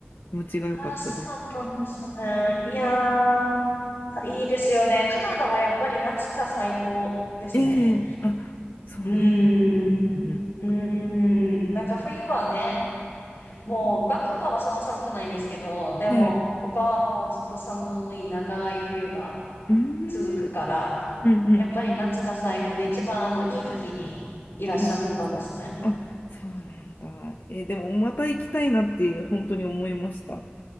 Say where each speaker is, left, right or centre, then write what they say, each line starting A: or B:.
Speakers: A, on the left; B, on the left.
A: 気持ちが良かったです。
B: ああ、そうだったんですよね。いやー、いいですよね。カナダはやっぱり夏が最高ですね。
A: ええあ、そうなんだ。
B: うーん。
A: うん
B: うーん。なんか冬はね、もうバンクーバーはそんな寒くないですけど、でも他はもうずっと寒い長い冬が
A: うん。はい。うーん、
B: 続くから、
A: うんうん。
B: やっぱり夏が最高で一番あのいい時にいらっしゃってたんですね。
A: あ、言いました。あ、そうなんだ。えーでもまた行きたいなって本当に思いました。